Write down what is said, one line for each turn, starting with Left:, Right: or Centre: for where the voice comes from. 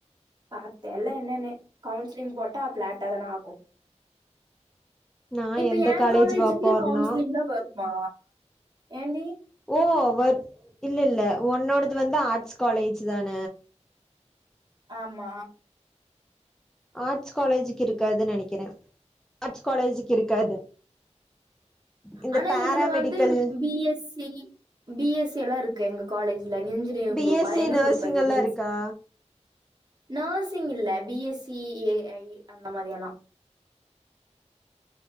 Right: பா தெர்ல் என்னன்னு கவுன்சிலிங் போட்டா பிளாடாதான ஆகு
Centre: நா
Right: இப்ப
Centre: எந்த
Right: ஏ
Centre: காலேஜ்
Right: காலேஜூக்கு
Centre: வா போறேன்னா
Right: கவுன்சிலிங் தாப மா ஏன்டி
Centre: ஓ வ இல்ல இல்ல உன்னோடது வந்து ஆர்ட்ஸ் காலேஜ் தான
Right: ஆமா
Centre: ஆர்ட்ஸ் காலேஜுக்கு இருக்காது நெனக்குறே ஆர்ட்ஸ் காலேஜ்க்கு இருக்காது இந்த
Right: ஆனா
Centre: paramedical
Right: இதுல வந்து B SC B SC எல்லா இருக்கு எங்க college engineering
Centre: B
Right: group
Centre: S C
Right: என்ன
Centre: நர்சிங்
Right: குரூப் அது
Centre: எல்லா
Right: பி
Centre: இருக்கா
Right: நர்சிங் இல்ல பி எஸ்சி ஏ ஐ அந்த மாதிரி எல்லா